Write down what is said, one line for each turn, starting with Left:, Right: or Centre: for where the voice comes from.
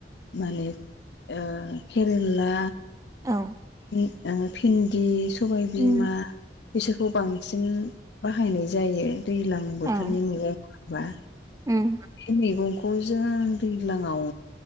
Left: माने ओ केरेला
Right: औ
Left: फि ओ भिन्दि सबायबिमा
Right: उम
Left: बिसोरखौ बांसिन बाहायनाय जायो दैज्लां बोथोरनि
Right: औ
Left: मैगंफोर बा
Right: उम
Left: बे मैगंखौ जों दैज्लाङाव